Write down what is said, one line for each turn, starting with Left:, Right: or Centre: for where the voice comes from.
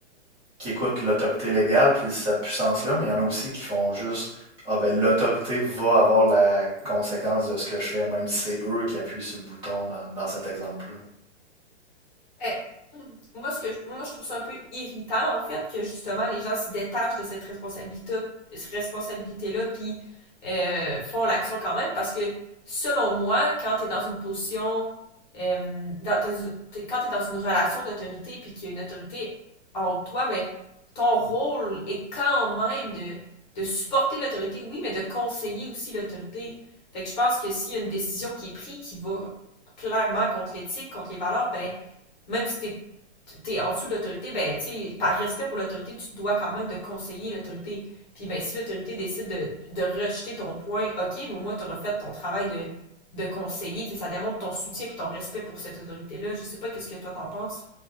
Right: qui écoutent l'autorité légale puis cette puissance-là, mais il y en a aussi qui font juste Ah ben l'autorité va avoir la conséquence de ce que je fais, même si c'est eux qui appuient sur le bouton dans, dans cet exemple-là.
Left: Ben, moi, ce que je, moi, je trouve ça un peu irritant, en fait, que justement, les gens se détachent de cette responsabilité, responsabilité-là, puis euh, font l'action quand même, parce que, selon moi, quand t'es dans une position, euh, dans, t'es- t'es- quand t'es dans une relation d'autorité, puis qu'il y a une autorité en haut de toi, ben, ton rôle est quand même de, de supporter l'autorité, oui, mais de conseiller aussi l'autorité. Fait que je pense que s'il y a une décision qui est prise qui va clairement contre l'éthique, contre les valeurs, ben, même si t'es t'es en dessous de l'autorité, ben, tu sais, par respect pour l'autorité, tu dois quand même de conseiller l'autorité. Puis, ben, si l'autorité décide de, de rejeter ton point, ok, mais au moins, t'auras fait ton travail de, de conseiller. Tu sais, ça démontre ton soutien puis ton respect pour cette autorité-là. Je sais pas qu'est-ce que toi t'en penses.